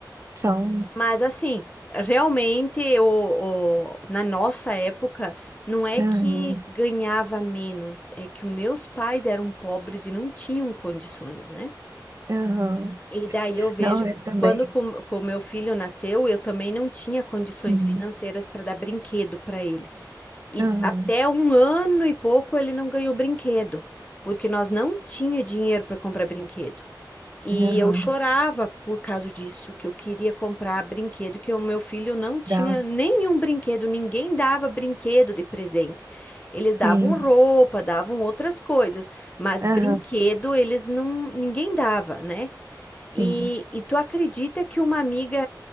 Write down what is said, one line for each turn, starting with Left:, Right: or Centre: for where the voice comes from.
Right: Só um.
Left: Mas assim, realmente o, o- na nossa época, não é
Right: Aham,
Left: que ganhava menos, é que os meus pais eram pobres e não tinham condições, né?
Right: aham.
Left: E daí eu vejo,
Right: Não, eu também.
Left: quando com, com meu filho nasceu, eu também não tinha condições
Right: Sim.
Left: financeiras para dar brinquedo para ele. E
Right: Aham,
Left: até um ano e pouco ele não ganhou brinquedo, porque nós não tinha dinheiro para comprar brinquedo. E
Right: aham.
Left: eu chorava por causa disso, que eu queria comprar brinquedo, que o meu filho não tinha
Right: Dá. um
Left: nenhum brinquedo, ninguém dava brinquedo de presente. Eles davam
Right: Sim.
Left: roupa, davam outras coisas, mas
Right: Aham,
Left: brinquedo eles não, ninguém dava, né? E,
Right: sim.
Left: e tu acredita que uma amiga